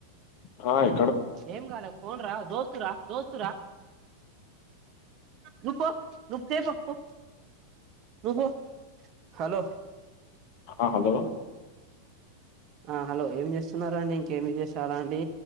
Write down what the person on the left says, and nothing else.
హాయ్
ఆ హలో